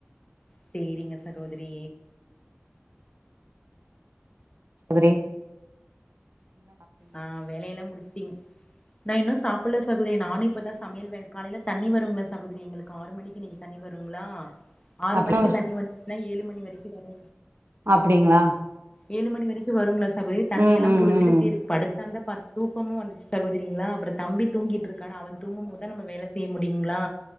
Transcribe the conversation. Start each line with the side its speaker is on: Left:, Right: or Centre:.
Left: செரிங்க சகோதிரி
Right: அவ்ரே
Left: அஹ் வேலையெல்லா முடிச்சீங் நா இன்னு சாப்புல்ல சகோதிரி நானு இப்பதா சமையல் வேல காலைல தண்ணி வருங்ள சகோதிரி எங்களுக்கு ஆறு மணிக்கு இன்னிக்கி தண்ணி வருங்ளா ஆறு
Right: அப்றோ
Left: மணிக்கு தண்ணி வந்னா ஏழு மணி வரிக்கு வரு
Right: அப்டிங்களா
Left: ஏழு மணி வரிக்கு வருங்ளா சகோதிரி தண்ணியெல்லா
Right: ம் ம்
Left: புடிச்சிட்டு
Right: ம்
Left: சேரு படுத் அந்த பாத் தூக்கமு வந்துச்சி சகோதிரிங்ளா அப்புறத் தம்பி தூங்கிட்டுருக்கானா அவன் தூங்கும்போது த நம்ம வேல செய்ய முடியுங்ளா